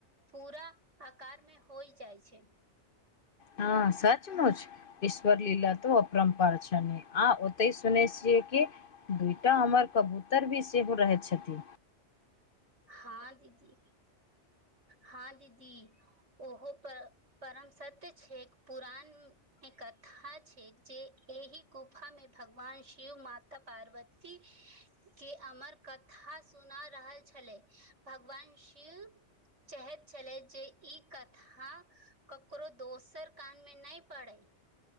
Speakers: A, on the right; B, on the left.
A: पूरा आकार मे होइ जाइ छै।
B: हँ सचमुच इस् श्वरलीला तो अपरम्पार छनि आ ओतै सुनै छियै कि दूइटा अमर कबूतर भी सेहो रहै छथिन।
A: हाॅं दीदी, हाॅं दीदी ओहो पर परम सत्य छैक पुरान इ कथा छै, जे एहि गुफा में भगवान शिव माता पार्वती के अमर कथा सुना रहल छ छलै भगवान शिव चाहैत छलथि जे ई कथा ककरो दोसर कान मे नहि पड़ै।